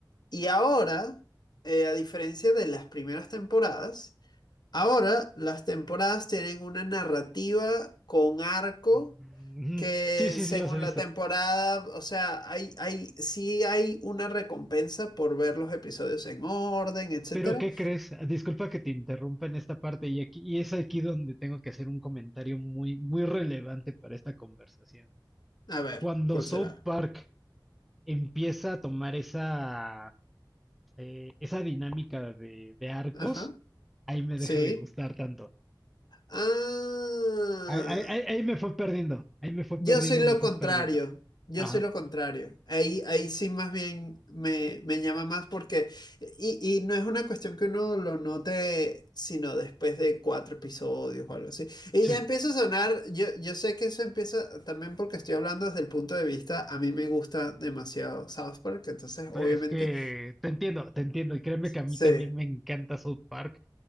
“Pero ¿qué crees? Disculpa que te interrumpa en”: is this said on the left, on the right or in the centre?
Centre